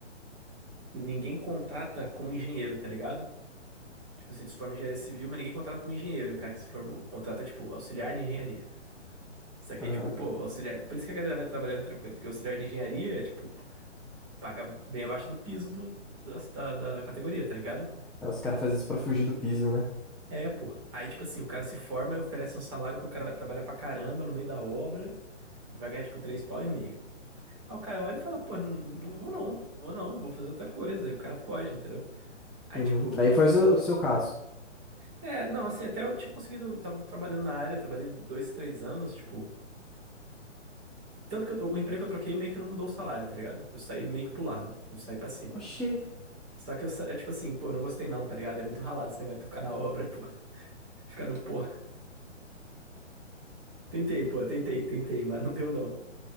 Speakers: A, on the right; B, in the centre.
A: ninguém contrata como engenheiro, tá ligado? Tipo assim, tu se forma em engenharia civil, mas ninguém contrata como engenheiro, o cara que se formou. Contrata, tipo, auxiliar de engenharia. Isso aqui
B: Ah,
A: é tipo, pô,
B: tá.
A: auxiliar. Por isso que a galera vai trabalhar em outra coisa, porque auxiliar de engenharia, tipo, paga bem abaixo do piso do, da, da da categoria, tá ligado?
B: Aí Os caras fazem isso pra fugir do piso, né?
A: É, pô. Aí, tipo assim, o cara se forma e oferece um salário que o cara vai trabalhar pra caramba no meio da obra, vai ganhar, tipo, três pau e meio. Aí o cara olha e fala, pô, n- não vou não, vou não, vou fazer outra coisa. e o cara foge, entendeu? Aí,
B: Uhum.
A: tipo,
B: Aí foi o seu, o seu caso.
A: é, não, assim, até eu tinha conseguido, tava trabalhando na área, trabalhei dois, três anos, tipo. Tanto que eu- o emprego que eu troquei meio que não mudou o salário, tá ligado? Eu saí meio que pro lado, não saí pra cima.
B: Oxi.
A: Só que eu, sa- é tipo assim, pô, não gostei não, tá ligado? É muito ralado esse negócio de tu ficar na obra, pô. <laughs> Ficar no pô. Tentei, pô, tentei, tentei, mas não deu não.